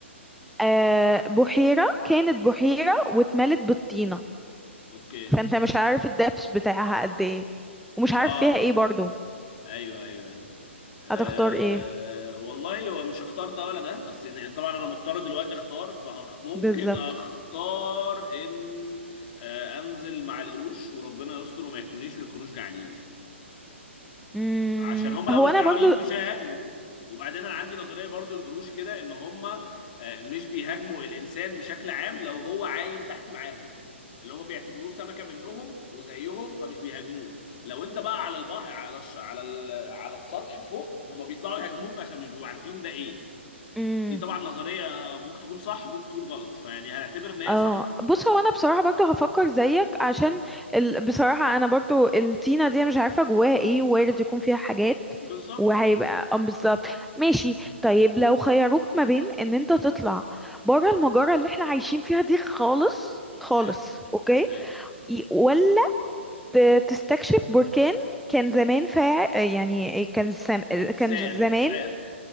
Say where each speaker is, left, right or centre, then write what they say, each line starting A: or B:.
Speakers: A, in the centre; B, on the left (about 40°).
A: آه بحيره كانت بحيره واتملت بالطينه
B: اوكي
A: فانت مش عارف الدبس بتاعها قد ايه ومش عارف
B: اه
A: فيها ايه برضو
B: ايوه ايوه ايوه أه
A: هتختار ايه
B: والله هو مش هختار ده ولا ده بس يعني طبعا انا مضطر دلوقتي اختار فممكن
A: بالظبط
B: اختار ان أه انزل مع القروش وربنا يستر وما ياكلونيش ويكونوش جعانين يعني
A: مم،
B: عشان هم لو
A: هو
B: مش
A: انا
B: جعانين
A: برضو
B: مش هيهاجموا وبعدين انا عندي نظريه برضو القروش كده ان هم آه، مش بيهاجموا الانسان بشكل عام لو هو عايم تحت معاهم اللي هم بيعتبروه سمكه منهم وزيهم فمش بيهاجموه لو انت بقى على البحر على الش... على ال... على السطح فوق هم بيطلعوا يهاجموك عشان مش بيبقوا عارفين ده ايه
A: مم،
B: دي طبعا نظريه ممكن تكون صح وممكن تكون غلط فيعني هنعتبر ان هي
A: اه
B: صح
A: بص
B: عشان
A: هو انا بصراحه برضو هفكر زيك عشان ال... بصراحه انا برضو الطينه دي أنا مش عارفه جواها ايه وارد يكون فيها حاجات
B: بالظبط
A: وهيبقى اه بالظبط ماشي طيب لو خيروك ما بين ان انت تطلع بره المجره اللي احنا عايشين فيها دي خالص
B: اوكي
A: خالص اوكي
B: اوكي
A: ي- ولا ت- تستكشف بركان كان زمان فا يعني كان سم...
B: سعر
A: كان زمان
B: سعر